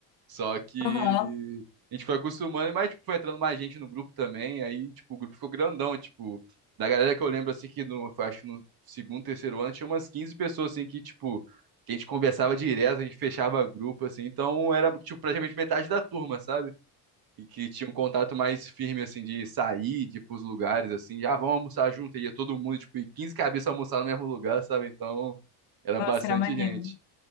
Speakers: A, on the right; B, on the left.
A: Só que
B: Aham,
A: a gente foi acostumando, mas tipo, foi entrando mais gente no grupo também, aí tipo, o grupo ficou grandão, tipo, da galera que eu lembro assim que no, foi, acho que no segundo, terceiro ano tinha umas 15 pessoas assim que tipo, que a gente conversava direto, a gente fechava grupo assim, então era tipo praticamente metade da turma, sabe? E que tinha um contato mais firme assim de sair, de ir pros lugares assim, já ah, vamos almoçar junto, e ia todo mundo, tipo, e 15 cabeças almoçar no mesmo lugar, sabe? Então, era
B: Nossa,
A: bastante
B: era maneiro.
A: gente.